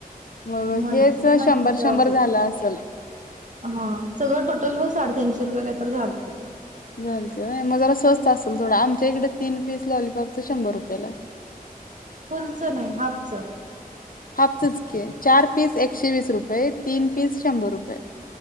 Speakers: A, on the left (about 65°); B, on the right (about 55°).
A: मग
B: मंच
A: हेच
B: मंच
A: शंभर शंभर
B: सूप
A: झालं असल
B: हा सगळं टोटल बघ साडेतीीनशे रुपये काही तर झालतं
A: घलते मग जरा स्वस्त असेल थोडं आमच्या इकडे तीन पीस लॉलपॉपच शंभर रुपयेला
B: फुलचं नाही हाफचं
A: हाफचचकी चार पीस एकशे वीस रुपय, तीन पीस शंभर रुपय.